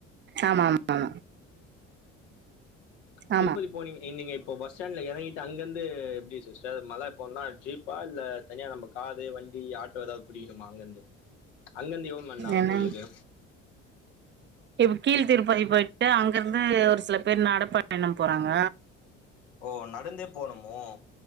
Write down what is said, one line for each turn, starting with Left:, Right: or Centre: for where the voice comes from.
Right: ஆமா ஆமா
Left: திருப்பதி
Right: ஆமா
Left: போனீங்க என் நீங்க இப்போ பஸ் ஸ்டாண்ட்ல எறங்கிட்டு அங்கர்ந்து எப்டி சிஸ்டர் மல போன்னா ஜீப் பா இல்ல தனியா நம்ப காரு, வண்டி, ஆட்டோ எதாவ் புடிக்கணுமா அங்கர்ந்து அங்கர்ந்து எவ்ள் மண் நேரோ
Right: என்ன
Left: கோயிலுக்கு
Right: இப்ப கீழ் திருப்பதி போய்ட்டு அங்கர்ந்து ஒரு சில பேர் நடபயணம் போறாங்க
Left: ஓ நடந்தே போனுமோ